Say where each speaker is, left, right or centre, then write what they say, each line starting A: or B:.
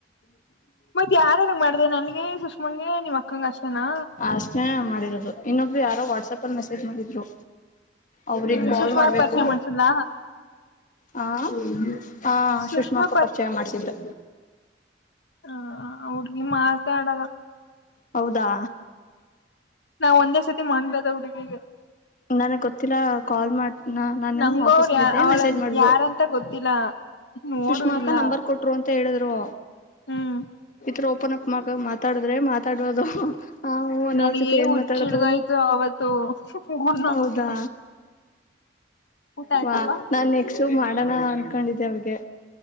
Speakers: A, on the left; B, on the left.
A: ಮತ್ ಯಾರಾರ ಮಾಡ್ದ ನನ್ಗೆ ಸುಷ್ಮನ್ಗೆ ನಿಮ್ ಅಕ್ಕಂಗ ಅಷ್ಟೇನಾ
B: ಅಷ್ಟೇ ಮಾಡಿರೋದು ಇನ್ನೊಬ್ರು ಯಾರೋ ವಾಟ್ಸಪ್ ಅಲ್ಲಿ ಮೆಸೇಜ್ ಮಾಡಿದ್ರು ಅವ್ರಗ್
A: ಹ್ಮ್
B: ಬಾಲ್
A: ಸುಷ್ಮಾ
B: ಮಾಡ್ಬೇಕು
A: ಪರಿಚಯ ಮಾಡ್ಸಿಲ್ಲ
B: ಹ ಹಾ
A: ಸುಷ್ಮಾ
B: ಸುಷ್ಮಾಕ್ಕ ಪರಿಚಯ ಮಾಡ್ಸಿದ್ದು
A: ಹಾ ಹ ಮಾ ಅಡ
B: ಹೌದಾ
A: ನಾವ ಒಂದೇ ಸರ್ತಿ ಮಾಡಲದ ಹುಡ್ಗಿಗೆ
B: ನನಗ್ ಗೊತ್ತಿಲ್ಲ ಕಾಲ್ ಮಾಡ ನಾನ
A: ನಂಗೋ
B: ಆಫೀಸಲ್ಲಿಿದ್ದೆ
A: ಅವ್ರ ಅವಳ
B: ಮೆಸೇಜ್ ಮಾಡಿದ್ರು
A: ಯಾರಂತ ಗೊತ್ತಿಲ್ಲ ನೋಡು
B: ಸುಷ್ಮಾ ಅಕ
A: ಇಲ್ಲ
B: ನಂಬರ್ ಕೊಟ್ರು ಅಂತ ಹೇಳಿದ್ರು
A: ಹ್ಮ್
B: ಈ ಓಪನ್ ಅಪ್ ಮಗ ಮಾತಾಡಿದ್ರೆ ಮಾತಾಡೋದು ಹ ಹೂವನ್
A: ನನಗೆ
B: ಅವ್ರ ಜೊತೆ ಏನ್
A: ಹುಚ್ಚಿಡ್ದೋಯ್ತು
B: ಮಾತಾಡಿದ್ರು
A: ಅವತ್ತು ಫೋನ್ ಮಾಡ್ಬಿಟ್ಟು
B: ಹೌದಾ
A: ಊಟ ಆಯ್ತಪಾ
B: ಹಾ ನಾನ್ ನೆಕ್ಸ್ಟ್ ಮಾಡೋಣ ಅನ್ಕೊಂಡಿದ್ದೆ ಅವ್ರಿಗೆ.